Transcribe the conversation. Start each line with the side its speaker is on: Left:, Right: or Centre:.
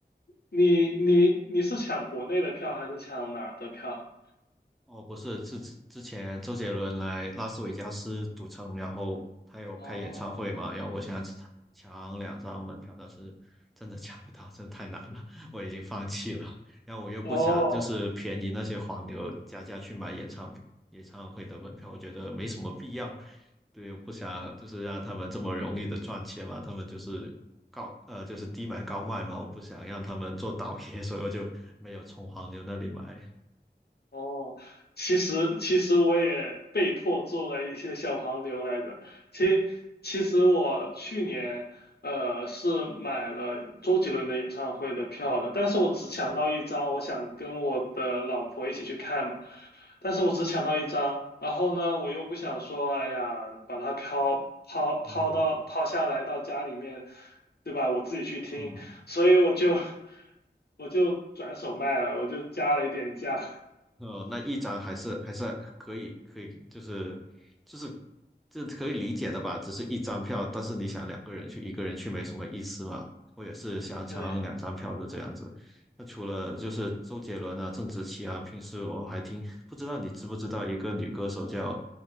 Left: 你你你是抢国内的票还是抢哪儿的票？
Centre: 哦，不是，是之之前周杰伦来拉斯维加斯赌城，然后他有开演唱会嘛，
Left: 哦
Centre: 然后我想抢两张门票，但是真的抢不到，真的太难了，我已经放弃了。然后我又不想就是便宜那些黄牛加价去买演唱演唱会的门票，
Left: 哦
Centre: 我觉得没什么必要。对，我不想就是让他们这么容易的赚钱嘛，他们就是高呃就是低买高卖嘛，我不想让他们做倒 <laughs> 爷，所以我就没有从黄牛那里买。
Left: 哦，其实其实我也被迫做了一些小黄牛来着。其其实我去年呃是买了周杰伦的演唱会的票的，但是我只抢到一张，我想跟我的老婆一起去看嘛，但是我只抢到一张，然后呢，我又不想说，哎呀，把它抛抛抛到抛下来到家里面，
Centre: 嗯，
Left: 对吧？我自己去听，
Centre: 嗯。
Left: 所以我就 <laughs> 我就转手卖了，我就加了一点价。<laughs>
Centre: 呃，那一张还是还是可以，可以，就是就是这可以理解的吧？只是一张票，但是你想两个人去，一个人去没什么意思嘛。我也是想抢两张票的这样子。
Left: 对，
Centre: 那除了就是周杰伦啊、郑智棋啊，平时我还听，不知道你知不知道一个女歌手叫